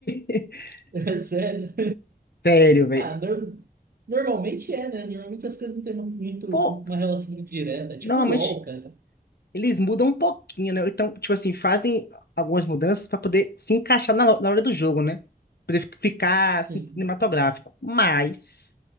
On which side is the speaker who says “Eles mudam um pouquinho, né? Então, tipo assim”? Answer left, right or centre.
Left